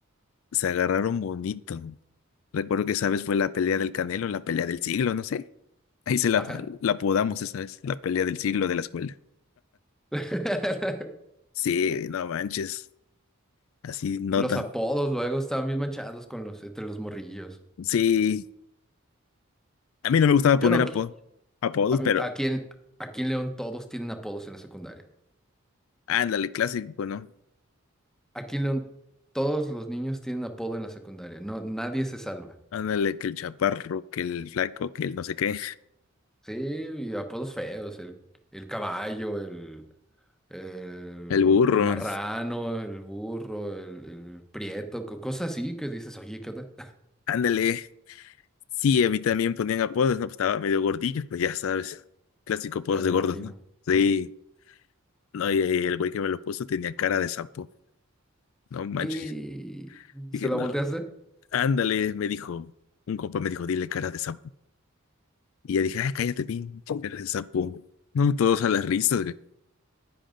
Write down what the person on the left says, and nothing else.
Se agarraron bonito. Recuerdo que esa vez fue la pelea del Canelo, la pelea del siglo, no sé. Ahí se la,
la apodamos esa vez, la pelea del siglo de la escuela.
Sí, no manches. Así nota.
Sí, a mí no me gustaba poner
apo-
apodos,
pero
ándale, clásico, ¿no?
Ándale, que el chaparro, que el flaco, que el no sé qué,
el burro.
Ándale. Sí, a mí también ponían apodos, ¿no? Pues estaba medio gordillo, pues ya sabes, clásico apodos
de
gordos,
¿no? Sí, no, y ahí el güey que me lo puso tenía cara de sapo, no manches.
Dije,
no,
ándale, me dijo, un compa me dijo, dile cara de sapo. Y ya dije, ay, cállate, pinche cara de sapo. No, todos a las risas, güey.